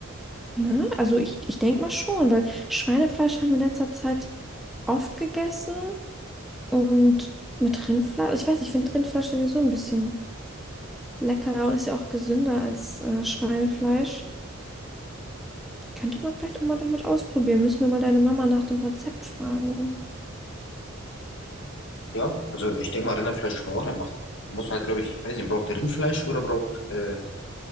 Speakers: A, in the centre; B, on the left.
A: Ne? Also ich, ich denke mal schon, weil Schweinefleisch haben wir in letzter Zeit oft gegessen und mit Rindfleisch, also ich weiß, ich finde Rindfleisch sowieso ein bisschen leckerer und ist ja auch gesünder als äh, Schweinefleisch. Könnte man vielleicht auch mal damit ausprobieren. Müssen wir mal deine Mama nach dem Rezept fragen.
B: Ja, also ich denke mal, Rinderfleisch kann man auch reinmachen. Da muss man halt, glaube ich, ich weiß nicht, braucht Rindfleisch oder braucht äh,